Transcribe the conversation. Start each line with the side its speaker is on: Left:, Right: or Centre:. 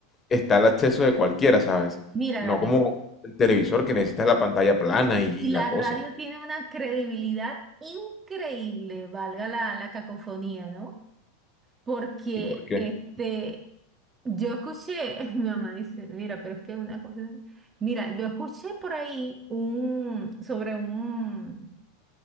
Left: está el acceso de cualquiera, ¿sabes?
Right: Mira,
Left: No
Right: David,
Left: como el televisor que necesitas la pantalla plana y, y
Right: y
Left: la
Right: la
Left: cosa.
Right: radio tiene una credibilidad increíble, valga la, la cacofonía, ¿no? porque
Left: ¿Y por qué?
Right: este, yo escuché, <laughs> mi mamá dice, mira, pero es que una cosa, mira, yo escuché por ahí un, sobre un,